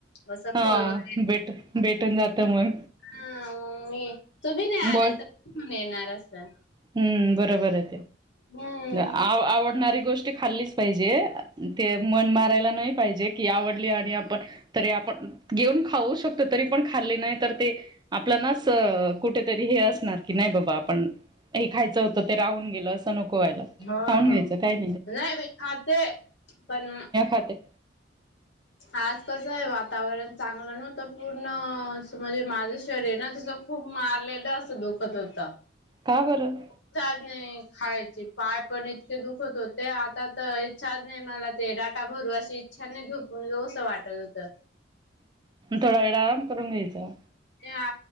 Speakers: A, on the left; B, on the right.
A: असं
B: हा
A: फल वगैरे
B: भेटू भेटून जात मग
A: हा मी तुम्ही नाही आणणार
B: बोल
A: तर कोण येणार असं
B: हम्म बरोबर आहे
A: हम्म
B: ते आवडणारी गोष्ट खाल्लीच पाहिजे मन मारायला नाही पाहिजे की आवडली आणि आपण तरी आपण घेऊन खाऊ शकतो तरी पण खाल्ली नाही तर ते आपल्यालाच कुठेतरी हे असणार की नाही बाबा आपण हे खायचं होतं ते राहून गेलं असं नको व्हायला.
A: हा
B: खाऊन
A: ना
B: घ्यायचं काही
A: नाही मी खाते पण,
B: ते
A: आज कसं आहे. वातावरण चांगलं नव्हतं पूर्ण म्हणजे माझं शरीर ना जस खूप मारलेल असं दुखत होत.
B: का बरं,
A: इच्छा च नाही खायची पाय पण इतके दुखत होते. आता तर इच्छाच नाही मला, ते डाटा भरू अशी इच्छा नाही झोपून जावं अस वाटत होत.
B: थोडा वेळ आराम करून घ्यायचा.
A: ह